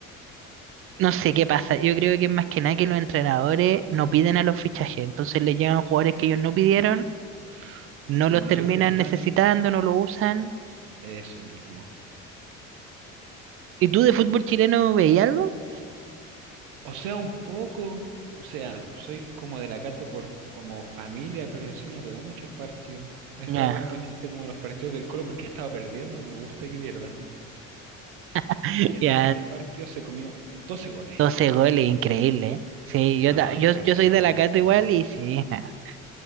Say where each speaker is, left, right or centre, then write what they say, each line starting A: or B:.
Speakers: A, on the right (about 35°); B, on the right (about 60°).
A: no sé qué pasa. Yo creo que es más que nada que los entrenadores no piden a los fichajes, entonces les llegan jugadores que ellos no pidieron, no
B: Y como
A: los terminan
B: no le gustan,
A: necesitando, no lo usan.
B: eso mismo.
A: ¿Y tú de fútbol chileno veías algo?
B: O sea, un poco, o sea, soy como de la Cato por como familia, pero en sí no veo muchos partidos. He estado
A: Ya,
B: más pendiente como de los partidos del Colo porque he estado perdiendo y me gusta que pierdan.
A: <laughs>
B: Y en
A: ya,
B: tres partidos se comió 12 goles.
A: 12 goles, increíble, ¿eh? Sí, yo,
B: No,
A: ta- yo,
B: impresionante.
A: yo soy de la Cato igual y sí, nada.